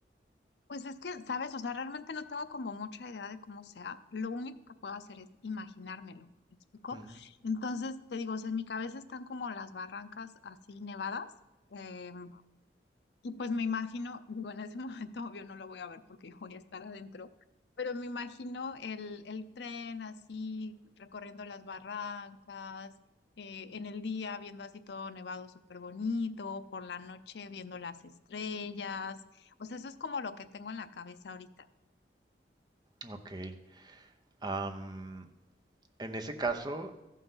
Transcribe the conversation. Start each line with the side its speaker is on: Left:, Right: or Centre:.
Left: Pues es que, ¿sabes? O sea, realmente no tengo como mucha idea de cómo sea. Lo único que puedo hacer es imaginármelo, ¿me explico?
Right: Ujú,
Left: Entonces, te digo, o sea, en mi cabeza están como las barrancas así nevadas, eh, y pues me imagino, digo, en ese <laughs> momento obvio no lo voy a ver porque voy a estar adentro, pero me imagino el, el tren así, recorriendo las barrancas, eh, en el día viendo así todo nevado súper bonito, por la noche viendo las estrellas. O sea, eso es como lo que tengo en la cabeza ahorita.
Right: ujú. Ok. Am, en ese caso,